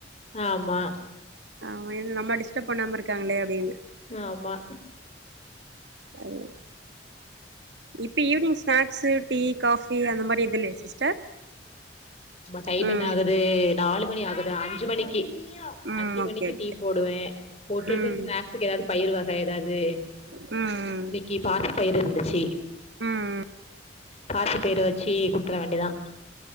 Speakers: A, on the left (about 35°); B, on the right (about 65°).
A: ஆமா
B: ஆமா இன்னு நம்மள டிஸ்டப் பண்ணாம இருக்காங்களே அப்டின்னு
A: ஆமா
B: <unintelligible> இப்ப ஈவ்னிங் ஸ்நாக்ஸு டீ காஃபி அந்த மாதிரி எது இல்லயா சிஸ்டர்
A: இப்ப டைம்
B: ம்
A: என்ன ஆகுது நாலு மணி ஆகுது அஞ்சு மணிக்கு
B: ம்
A: அஞ்சு
B: ஓகே
A: மணிக்கு
B: ஓகே
A: டீ போடுவே போட்டுட்டு
B: ம்
A: ஸ்நாக்ஸுக்கு எதாவது பயிர் வக எதாவ்து
B: ம் ம்
A: இன்னிக்கி பாசி பயிரு இருந்துச்சு
B: ம்
A: பாசி பயற வச்சு குடுத்துர வேண்டிதா